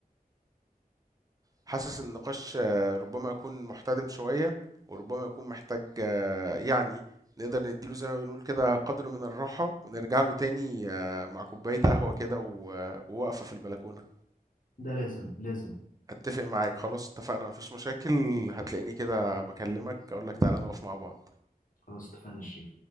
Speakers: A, on the right; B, on the left.
A: حاسس إن النقاش آه، ربما يكون محتدم شوية وربما يكون محتاج آه، يعني نقدر نديله زي ما بنقول كده قدر من الراحة ونرجع له تاني آه، مع كوباية قهوة كده و- آه، ووقفة في البلكونة
B: ده لازم لازم
A: أتفق معاك خلاص اتفقنا مفيش مشاكل هتلاقيني كده بكلمك أقولك تعالى نقف مع بعض
B: خلاص اتفقنا يا شريف